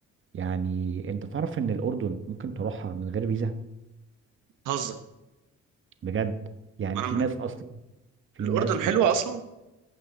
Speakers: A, on the right; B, on the right.
A: يعني انت تعرف ان الاردن ممكن تروحها من غير فيزا
B: هزر
A: بجد يعني
B: ما
A: في
B: انا
A: ناس اصلا في
B: الاردن
A: ناس بت
B: حلوه اصلا